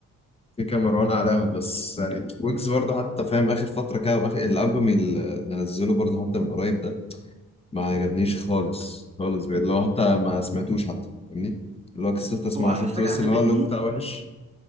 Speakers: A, on the left (about 20°); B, on the right (about 25°).
A: في كام مروان اعلاهم بس يعني ويجز برضه حتى فاهم اخر فترة كده واخر الالبوم اللي اللي نزله برضه حتى من قريب ده ما عجبنيش خالص خالص بجد اللي هو حتى ما سمعتوش حتى فاهمني؟ اللي هو كسلت اسمعه
B: هو آخر
A: شفت
B: حاجة
A: بس
B: عجبتني
A: اللي هو اللون بتاعه وحش